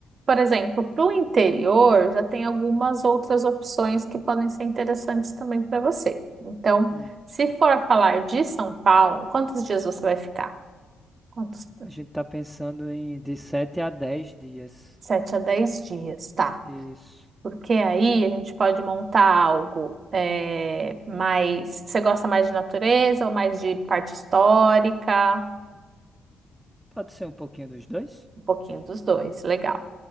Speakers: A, on the right; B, in the centre.
A: por exemplo, para o interior já tem algumas outras opções que podem ser interessantes também para você. Então,
B: Hum,
A: se for falar de São Paulo, quantos dias você vai ficar? Quantos?
B: a gente tá pensando em de 7 a 10 dias.
A: Sete a dez dias, tá.
B: Isso.
A: Porque aí a gente pode montar algo eh, mais. Você gosta mais de natureza ou mais de parte histórica?
B: Pode ser um pouquinho dos dois?
A: Um pouquinho dos dois, legal.